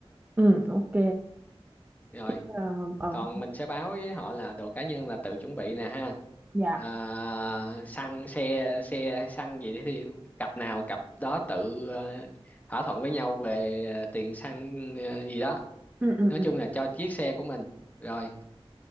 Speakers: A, on the right (about 15°); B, on the left (about 15°).
A: ừ ok
B: rồi
A: Chứ, ờ ờ,
B: còn mình sẽ báo với họ là đồ cá nhân là tự chuẩn bị nè ha
A: dạ
B: à, xăng xe xe hay xăng gì đấy thì cặp nào cặp đó tự ờ, thỏa thuận với nhau về ờ, tiền xăng ờ, gì đó
A: ừ, ừ,
B: nói
A: ừ.
B: chung là cho chiếc xe của mình rồi